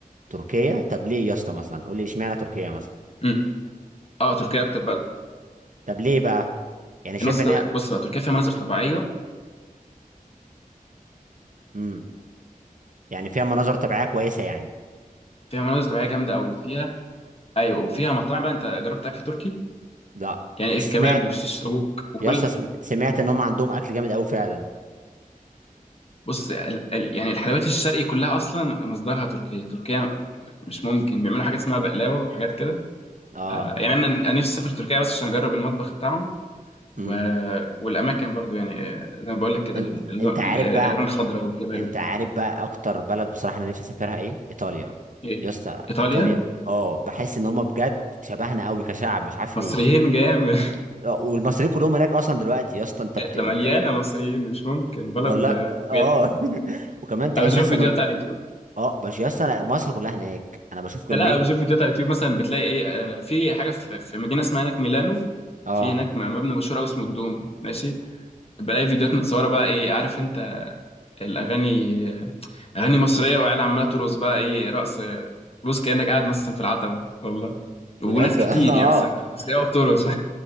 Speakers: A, on the right; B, on the left.
A: تركيا طب ليه يا اسطى مثلا قول لي اشمعنى تركيا مثلا
B: امم اه تركيا اكتر بلد
A: طب ليه بقى يعني شايف
B: المناظر
A: ان هي
B: بص بقى تركيا فيها مناظر طبيعيه
A: امم يعني فيها مناظر طبيعيه كويسه يعني
B: فيها مناظر طبيعيه جامده قوي فيها ايوه وفيها مطاعم بقى انت جربت اكل تركي
A: لا
B: يعني
A: بس
B: الكباب
A: سمعت
B: والشيش طاووق وكل
A: يا اسطى سم- سمعت ان هم عندهم اكل جامد قوي فعلا
B: بص ال... ال... يعني الحلويات الشرقي كلها اصلا مصدرها تركيا تركيا مش ممكن بيعملوا حاجات اسمها بقلاوه وحاجات كده
A: اه
B: آه يعني انا أنا نفسي اسافر تركيا بس عشان اجرب المطبخ بتاعهم و...
A: امم
B: والاماكن برضو يعني آه، زي ما بقول لك كده
A: انت
B: اللون
A: انت عارف
B: ال- الالوان
A: بقى
B: الخضراء والجبال
A: انت
B: والحاجات
A: عارف
B: دي.
A: بقى اكتر بلد بصراحه انا نفسي اسافرها ايه ايطاليا
B: ايه
A: يا اسطى
B: ايطاليا
A: ايطاليا اه بحس ان هم بجد شبهنا قوي كشعب مش عارف
B: مصريين
A: ليه
B: جامد
A: آه، والمصريين كلهم هناك اصلا دلوقتي يا اسطى انت بت...
B: ده
A: انت
B: مليانه مصريين مش ممكن بلد
A: والله اه
B: يعني
A: <laughs> وكمان تحس
B: انا بشوف
A: اصلا
B: فيديوهات
A: إنه-
B: على اليوتيوب
A: اه بس يا اسطى أنا- مصر كلها هناك انا بشوف كميه
B: لا انا بشوف فيديوهات على اليوتيوب مثلا بتلاقي ايه آه، في حاجه في في مدينه اسمها هناك ميلانو
A: اه
B: في هناك مبنى مشهور قوي اسمه الدومو ماشي بلاقي فيديوهات متصوره بقى ايه عارف انت الاغاني آه، اغاني مصريه وعيال عماله ترقص بقى ايه رقص آه، بص كانك قاعد مثلا في العتبه والله
A: بجد
B: وناس كتير
A: <laughs> اه
B: يعني مثلا مصريه بترقص